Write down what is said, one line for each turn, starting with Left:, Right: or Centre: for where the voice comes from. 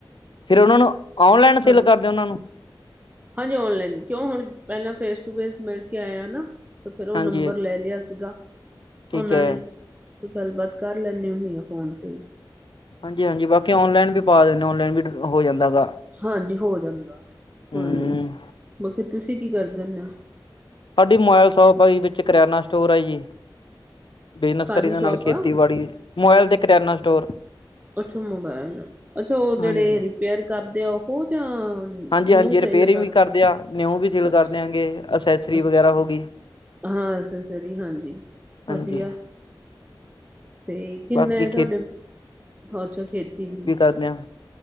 Left: ਫੇਰ ਉਹਨਾਂ ਨੂੰ ਔਨਲਾਈਨ ਸੇਲ
Right: ਹਾਂਜੀ
Left: ਕਰਦੇ ੳ ਉਹਨਾਂ ਨੂੰ।
Right: ਹਾਂਜੀ ਓਨਲੈਨ ਕਿਉਂ ਹੁਣ ਪਹਿਲਾਂ ਫੇਸ ਟੂ ਫੇਸ ਮਿਲ ਕੇ ਆਇਆ ਨਾਂ। ਤੇ ਫੇਰ ਉਹ
Left: ਹਾਂਜੀ
Right: ਨੰਬਰ ਲੈ ਲਿਆ ਸੀਗਾ
Left: ਠੀਕ
Right: ਉਹਨਾਂ
Left: ਹੈ
Right: ਨੇ। ਫੇਰ ਗੱਲਬਾਤ ਕਰ ਲੈੈਂਨੀ ਹੁੰਨੀ ਆਂ ਫੋਨ ਤੇ ਈ।
Left: ਹਾਂਜੀ-ਹਾਂਜੀ, ਬਾਕੀ ਔਨਲੈਨ ਵੀ ਪਾ ਦਿੰਦੇ ਔਨਲੈਨ ਵੀ ਹੋ ਜਾਂਦਾ ਗਾ।
Right: ਹਾਂਜੀ ਹੋ ਜਾਂਦਾ
Left: ਹਮ
Right: ਔਨਲਾਈਨ, ਬਾਕੀ ਤੁਸੀ ਕੀ ਕਰਦੇ ਹੁੰਦੇ ੳ।
Left: ਸਾਡੀ ਮੋਬਾਈਲ ਸੌਪ ਆ ਯੀ ਵਿੱਚ ਕਰਿਆਨਾ ਸਟੋਰ ਆ ਜੀ। ਬਿਜਨਸ
Right: ਕਾਹਦੀ
Left: ਕਰੀਦਾ
Right: ਸ਼ੋਪ
Left: ਨਾਲ ਖੇਤੀਬਾੜੀ,
Right: ਆ
Left: ਮੋਵੈਲ ਤੇ ਕਰਿਆਨਾ ਸਟੋਰ।
Right: ਅੱਛਾ ਮੋਬੈਲ, ਅੱਛਾ ਉਹ ਜਿਹੜੇ
Left: ਹਾਂਜੀ
Right: ਰਿਪੇਅਰ ਕਰਦੇ ਆ ਉਹ ਜਾਂ
Left: ਹਾਂਜੀ-ਹਾਂਜੀ
Right: ਨਿਊ ਸੇਲ
Left: ਰਿਪੇਅਰਿੰਗ ਵੀ ਕਰਦੇ ਆ ਨਿਊ ਵੀ ਸੇਲ
Right: ਅੱਛਾ
Left: ਕਰ ਦਿਆਂਗੇ ਅਸੈਸਰੀ
Right: ਅੱਛਾ
Left: ਵਗੈਰਾ ਹੋ ਗੀ।
Right: ਹਾਂ, ਅਸੈਸਰੀ, ਹਾਂਜੀ
Left: ਹਾਂਜੀ
Right: ਵਧੀਆ। ਤੇ ਕਿੰਨੇ
Left: ਬਾਕੀ
Right: ਤੁਹਾਡੇ,
Left: ਖੇ
Right: ਅੱਛਾ ਖੇਤੀ ਵੀ ਐ।
Left: ਕਰਦੇ ਆਂ।